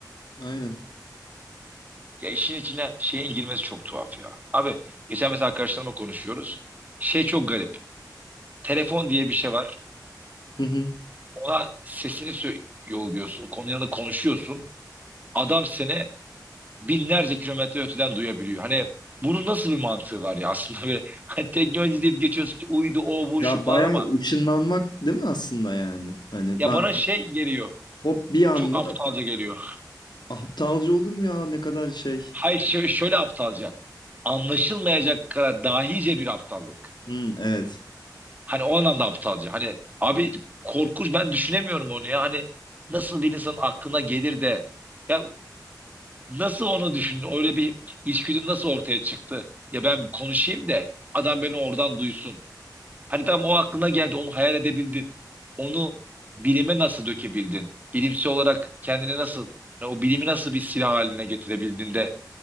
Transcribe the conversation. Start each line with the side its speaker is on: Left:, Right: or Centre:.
Left: Aynen.
Right: Ya işin içine şeyin girmesi çok tuhaf ya. Abi geçen mesela arkadaşlarımla konuşuyoruz. Şey çok garip. Telefon diye bir şey var.
Left: Hı hı.
Right: Ona sesini sö- yolluyorsun. Konuyla da konuşuyorsun. Adam seni binlerce kilometre öteden duyabiliyor. Hani bunun nasıl bir mantığı var ya aslında <laughs> böyle hani teknoloji deyip geçiyorsun ki uydu o bu
Left: Ya
Right: şu falan
Left: bayağı
Right: ama
Left: ışınlanmak değil mi aslında yani? Hani
Right: ya
Left: ben
Right: bana şey geliyor.
Left: hop bir anda
Right: Çok aptalca geliyor.
Left: aptalca olur mu ya ne kadar şey.
Right: Hayır şö- şöyle aptalca. Anlaşılmayacak kadar dahice bir aptallık.
Left: Hı, evet.
Right: Hani o anlamda aptalca. Hani abi korkunç ben düşünemiyorum onu ya. Hani nasıl bir insanın aklına gelir de ya nasıl onu düşündün? Öyle bir içgüdün nasıl ortaya çıktı? Ya ben konuşayım da adam beni oradan duysun. Hani tam o aklına geldi, onu hayal edebildin. Onu bilime nasıl dökebildin? Bilimsel olarak kendini nasıl, yani o bilimi nasıl bir silah haline getirebildin de